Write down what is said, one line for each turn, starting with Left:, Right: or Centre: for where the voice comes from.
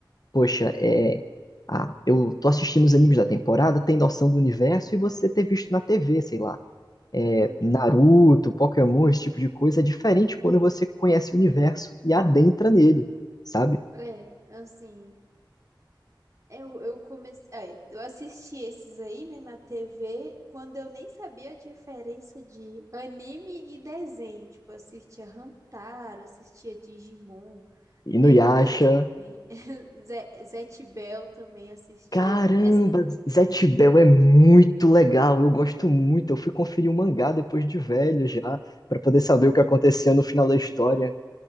Left: poxa, é, ah, eu tô assistindo os animes da temporada, tem noção do universo e você ter visto na TV, sei lá, É,
Right: uhum.
Left: Naruto, Pokémon, esse tipo de coisa, é diferente quando você conhece o universo e adentra nele, sabe?
Right: É, assim, Eu, eu comecei, é, eu assisti esses aí, né, na TV, quando eu nem sabia a diferença de anime e desenho. Tipo, eu assistia Hantaro, assistia Digimon,
Left: Inuyasha,
Right: Beyblade, <laughs> Zé- Zet Bell também assistia.
Left: caramba,
Right: Mas
Left: Zatch Bell é muito legal, eu gosto muito, eu fui conferir o mangá depois de velho já, pra poder saber o que acontecia no final da história.